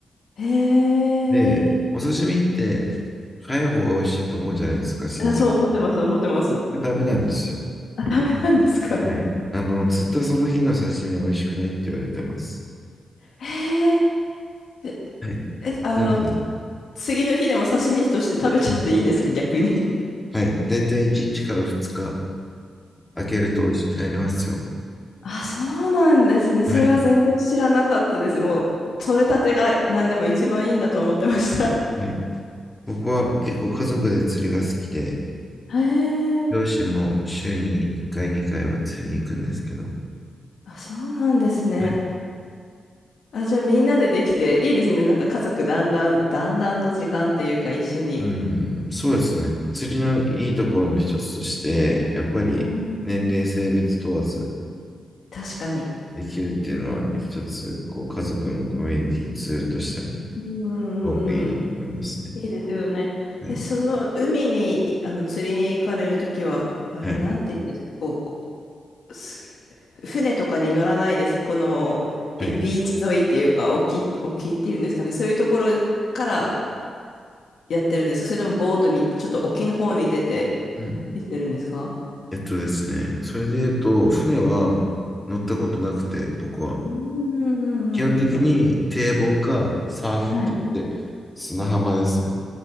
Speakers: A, on the left (about 70°); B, on the left (about 15°).
A: へえ。
B: で、お刺身って、早い方が美味しいと思うじゃないですか、新鮮。
A: あ、そう思ってます、
B: こ
A: 思ってます。
B: れダメなんですよ。
A: あ、ダメなんですか。
B: はい。あの、釣ったその日の刺身は美味しくないって言われてます。
A: へえ。で
B: はい。
A: え、あの、
B: なんで、
A: 次の日でも刺身として食べちゃっていいんですか、逆に。
B: はい。だいたい1日から2日、開けると美味しくなりますよ。
A: あ、そうなんですね。
B: はい。
A: それは全然知らなかったです。もう、取れたてが何でも一番いいんだと思ってました。
B: はい僕は結構家族で釣りが好きで、
A: へえ、
B: 両親も週に1回、2回は釣りに行くんですけど、
A: あ、そうなんですね。
B: はい。
A: あ、じゃあみんなでできていいですね。なんか家族団らん、団らんの時間っていうか一緒に。
B: うん、そうですね。釣りのいいところの一つとして、やっぱり年齢、
A: うん。
B: 性別問わず
A: 確かに。
B: できるっていうのは一つ、こう家族のコミュニティツールとしてもす
A: うんうんうんうん。
B: ごくいいなと思いますね。
A: いいですよね。
B: はい。
A: え、その海に、あの、釣りに行かれるときは、あれ、
B: はい。
A: なんて言うんですか、こう、す船とかに乗らないです。このビ、
B: はい
A: ビーチ沿いっていうか、沖、沖っていうんですかね。そういうところからやってるんですかそれともボートに、ちょっと沖の方に出て
B: うん。
A: 行ってるんですか
B: えっとですね、それで言うと、船は乗ったことなくて、僕は。
A: うんうんうんうん。
B: 基本的に堤防かサーフって言って、
A: わはい。
B: 砂浜ですね。